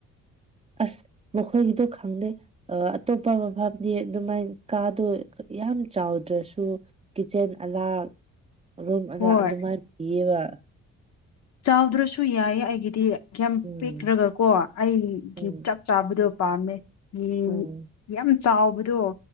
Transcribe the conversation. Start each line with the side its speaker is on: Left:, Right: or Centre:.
Right: ꯑꯁ ꯃꯈꯣꯏꯒꯤꯗꯣ ꯈꯪꯗꯦ꯫ ꯑꯇꯣꯞꯄ ꯃꯐꯝꯗꯤ ꯑꯗꯨꯃꯥꯏꯅ ꯀꯥꯗꯣ ꯌꯥꯝ ꯆꯥꯎꯗ꯭ꯔꯁꯨ ꯀꯤꯠꯆꯦꯟ ꯑꯂꯥ ꯔꯨꯝ ꯑꯂꯥ
Left: ꯍꯣꯏ
Right: ꯑꯗꯨꯃꯥꯏ ꯄꯤꯌꯦꯕ꯫
Left: ꯆꯥꯎꯗ꯭ꯔꯁꯨ ꯌꯥꯏ ꯑꯩꯒꯤꯗꯤ ꯌꯥꯝ
Right: ꯎꯝ
Left: ꯄꯤꯛꯔꯒ ꯀꯣ ꯑꯩꯒꯤ
Right: ꯎꯝ
Left: ꯆꯞ ꯆꯥꯕꯗꯣ ꯄꯥꯝꯃꯦ ꯌꯤꯡ
Right: ꯎꯝ
Left: ꯌꯥꯝ ꯆꯥꯎꯕꯗꯣ